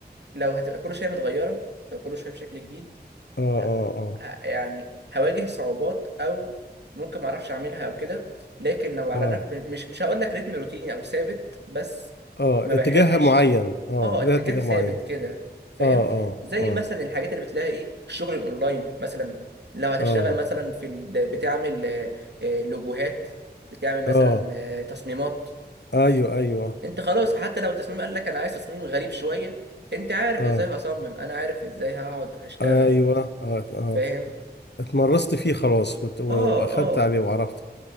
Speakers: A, on the right; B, on the left.
A: لو هتبقى كل شويه متغيره لو كل شويه بشكل جديد
B: اه
A: ه...
B: اه اه
A: ه... يعني هواجه صعوبات او ممكن ما اعرفش اعملها او كده لكن لو على
B: اه
A: نفس مش مش هقول لك رتم روتيني او ثابت بس
B: اه
A: ما
B: اتجاه
A: بحبش
B: معين اه
A: اه
B: لها
A: اتجاه
B: اتجاه
A: ثابت
B: معين
A: كده فاهم
B: اه اه
A: زي
B: اه
A: مثلا الحاجات اللي بتلاقي ايه الشغل الاونلاين مثلا لو هتشتغل
B: اه
A: مثلا في ال... بتعمل آه، آه، لوجوهات بتعمل مثلا
B: اه
A: آه، تصميمات
B: ايوه ايوه
A: انت خلاص حتى لو التصميم قال لك انا عايز تصميم غريب شوية انت عارف
B: اه
A: ازاي هصمم انا عارف ازاي هقعد هشتغل
B: ايوه اه اه
A: فاهم
B: اتمرست فيه خلاص وت- و-
A: اه
B: واخدت
A: اه
B: عليه وعرفت